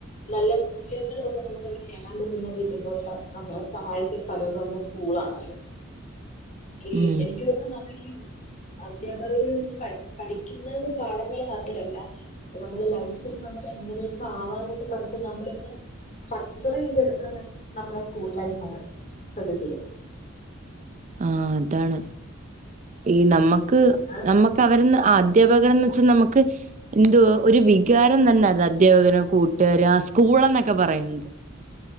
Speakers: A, on the left (about 35°); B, on the right (about 35°).
A: നല്ല മൂല്യങ്ങളൊക്കെ നമുക്ക് നേടാൻ പറ്റുന്നത് ഇതപലുള്ള നമ്മളെ സഹായിച്ച സ്ഥലംന്ന് പറഞ്ഞ സ്കൂളാണല്ലോ ഈ
B: ഉം
A: എനിക്ക് തോന്നുന്നു നമ്മൾ അധ്യാപകരിൽ നിന്ന് പ പഠിക്കുന്ന പാഠങ്ങൾ മാത്ര മാല്ല നമ്മള് ലൈഫിൽ നമ്മൾ എങ്ങനെയൊക്കെ ആവാന്നൊക്കെ പറഞ്ഞ് നമ്മളൊക്കെ സ്ട്രക്ചർ ചെയ്ത് എടുക്കുന്നത് നമ്മുടെ സ്കൂൾ ലൈഫാണ് സത്യത്തില്
B: ആഹ് അതാണ് ഈ നമുക്ക്
A: ഞാൻ
B: നമ്മക്ക് അവരന്ന് അധ്യാപകർന്ന് വെച്ചാൽ നമുക്ക് എന്ത ഒരു വികാരം തന്നെയായിരുന്നു അധ്യാപകനോ കൂട്ടുകാരോ ആ സ്കൂൾ എന്നൊക്കെ പറയുന്നത്